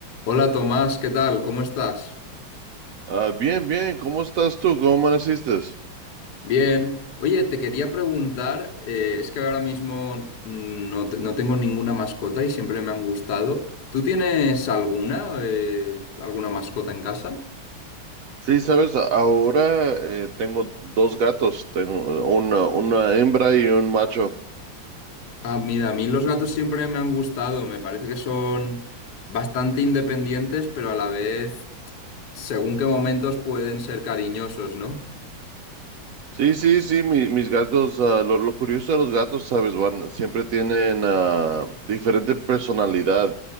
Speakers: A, on the left; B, on the right.
A: Hola Tomás, ¿qué tal? ¿Cómo estás?
B: Ah, bien, bien, ¿cómo estás tú? ¿Cómo amaneciste?
A: Bien. Oye, te quería preguntar, eh, es que ahora mismo mm, no, te- no tengo ninguna mascota y siempre me han gustado. ¿Tú tienes alguna, eh, alguna mascota en casa?
B: Sí, sabes, A- ahora eh, tengo dos gatos, tengo una, una hembra y un macho.
A: Ah, mira, a mí los gatos siempre me han gustado. Me parece que son bastante independientes, pero a la vez, según qué momentos pueden ser cariñosos, ¿no?
B: Sí, sí, sí, mi- mis gatos, ah, lo, lo curioso de los gatos, sabes, van, siempre tienen ah, diferente personalidad